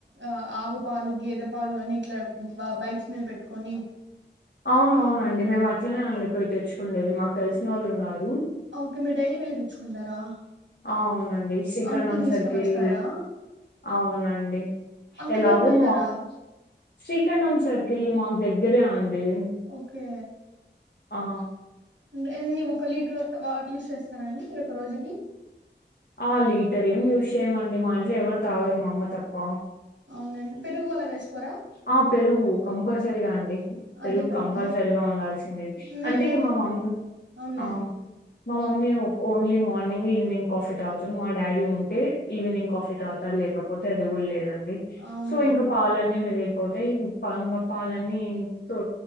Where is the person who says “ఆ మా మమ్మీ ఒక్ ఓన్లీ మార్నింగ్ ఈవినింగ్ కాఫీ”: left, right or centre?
Left